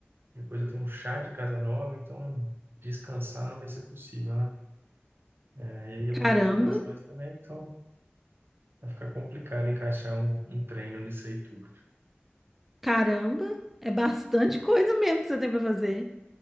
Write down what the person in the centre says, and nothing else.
Caramba,
caramba, é bastante coisa mesmo que você tem para fazer.